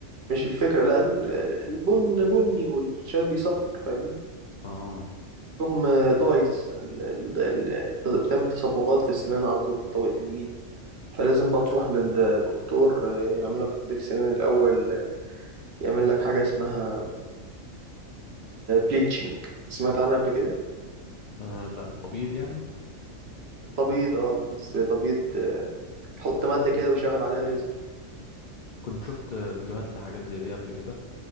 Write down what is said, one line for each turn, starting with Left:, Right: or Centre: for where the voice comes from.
Right: مش الفكرة لا ال- البن بني والشاي بيصفر فاهمني
Left: آه.
Right: يوم دايز ال- ال- ال- بتعمل تصبغات في السنان على طول في طبقة المينا فلازم بقى تروح للدكتور آه، يعمل لك تنظيف سنان الأول آه، يعمل لك حاجة اسمها بليتشنج سمعت عنها قبل كده؟
Left: اه لا التبييض يعني
Right: تبيض اه بس تبيض آه، بيحط مادة كده ويشغل عليها ليزر
Left: كنت شفت فيديوهات لحاجات زي دي قبل كده